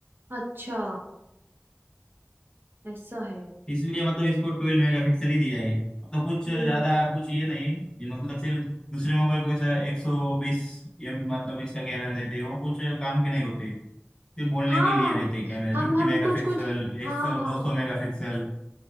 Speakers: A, on the right; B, on the left.
A: अच्छा ऐसा है
B: इसलिए मतलब इसको ट्वेल्व मेगापिक्सल ही दिया है मतलब कुछ
A: हम्म
B: ज्यादा कुछ ये नहीं ये मतलब सिर्फ दूसरे मोबाइल को ऐसा एक सौ बीस एम मतलब इसका कैमरा देते हैं वो कुछ काम के नहीं होते सिर्फ बोलने
A: हाँ
B: के लिए रहते हैं कैमरा
A: हम
B: फिफ्टी
A: हम
B: मेगापिक्सल
A: कुछ कुछ हाँ
B: एक सौ
A: हाँ
B: दो सौ मेगापिक्सल